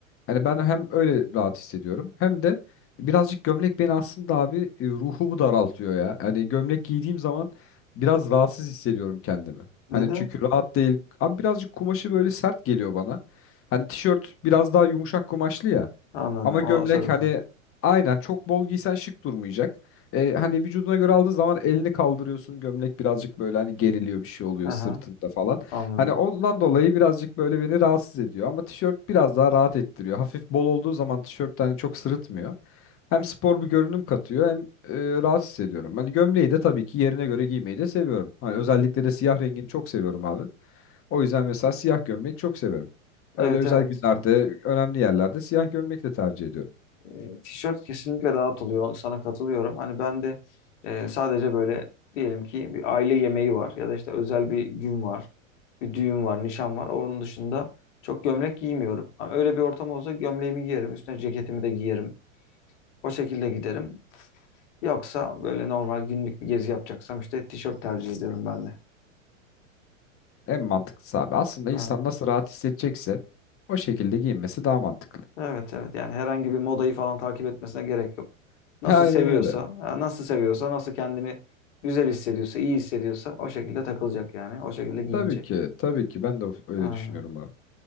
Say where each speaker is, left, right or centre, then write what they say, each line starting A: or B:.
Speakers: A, on the left; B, on the left.
A: Hani ben hem öyle rahat hissediyorum hem de birazcık gömlek beni aslında abi e, ruhumu daraltıyor ya. Hani gömlek giydiğim zaman biraz rahatsız hissediyorum kendimi.
B: Neden?
A: Hani çünkü rahat değil. Abi birazcık kumaşı böyle sert geliyor bana. Hani tişört biraz daha yumuşak kumaşlı ya.
B: Anladım.
A: Ama gömlek
B: O sebepten.
A: hani aynen çok bol giysen şık durmayacak. E, hani vücuduna göre aldığın zaman elini kaldırıyorsun. Gömlek birazcık böyle hani geriliyor bir şey oluyor
B: Hı
A: sırtında
B: hı,
A: falan.
B: anladım.
A: Hani ondan dolayı birazcık böyle beni rahatsız ediyor. Ama tişört biraz daha rahat ettiriyor. Hafif bol olduğu zaman tişört de hani çok sırıtmıyor. Hem spor bir görünüm katıyor hem e, rahat hissediyorum. Hani gömleği de tabii ki yerine göre giymeyi de seviyorum. Hani özellikle de siyah rengini çok seviyorum abi. O yüzden mesela siyah gömlek çok severim. Öyle
B: Evet
A: özel
B: evet.
A: günlerde, önemli yerlerde siyah gömlek de tercih ediyorum.
B: E, tişört kesinlikle rahat oluyor. Sana katılıyorum. Hani ben de e, sadece böyle diyelim ki bir aile yemeği var ya da işte özel bir gün var. Bir düğün var, nişan var. Onun dışında çok gömlek giymiyorum. Ama öyle bir ortam olsa gömleğimi giyerim, üstüne ceketimi de giyerim. O şekilde giderim. Yoksa böyle normal günlük bir gezi yapacaksam işte tişört tercih ediyorum ben de.
A: En mantıklısı abi. Aslında insan
B: Evet.
A: nasıl rahat hissedecekse o şekilde giyinmesi daha mantıklı.
B: Evet evet yani herhangi bir modayı falan takip etmesine gerek yok. Nasıl
A: <laughs> Aynen
B: seviyorsa,
A: öyle.
B: yani nasıl seviyorsa, nasıl kendini güzel hissediyorsa, iyi hissediyorsa o şekilde takılacak yani. O şekilde giyinecek.
A: Tabii ki, tabii ki. Ben de öyle
B: Aynen.
A: düşünüyorum abi.